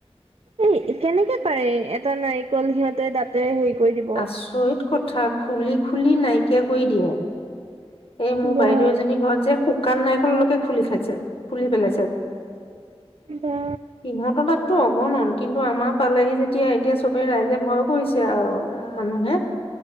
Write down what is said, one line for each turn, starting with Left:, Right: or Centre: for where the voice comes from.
Right: এ কেনেকে পাৰে এটা নাৰিকল সিহঁতে দাতে হেৰি কৰি দিব
Left: আচৰিত কথা খুলি খুলি নাইকিয়া কৰি দিয়ে এই মোৰ
Right: বা
Left: বাইদেউ এজনী ঘৰত যে শুকান নাইকললৈকে খুলি খাইছে ফুলি পেলাইছে সিহঁত
Right: বা
Left: তাত টো অগণন কিন্তু আমাৰ পালেহি যেতিয়া এতিয়া চবে ৰাইজে ভয় কৰিছে আৰু মানুহে <unintelligible>